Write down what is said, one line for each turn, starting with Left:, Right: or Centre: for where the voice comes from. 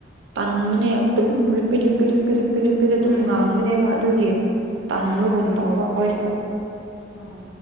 Right: ꯇꯟ ꯃꯟꯕꯅꯦ ꯑꯗꯨꯝ
Left: ꯎꯝ
Right: repeat repeat repeat repeat repeat ꯑꯗꯨꯝ
Left: ꯕꯣꯔꯤꯡ
Right: ꯉꯥꯡ
Left: ꯆꯨꯕ꯭ꯔꯣ
Right: ꯕꯅꯦꯕ ꯑꯗꯨꯒꯤ ꯇꯕꯒꯨꯝ
Left: ꯎꯝ
Right: ꯇꯧꯕ ꯑꯩꯈꯣꯏꯁꯨ
Left: ꯑꯣ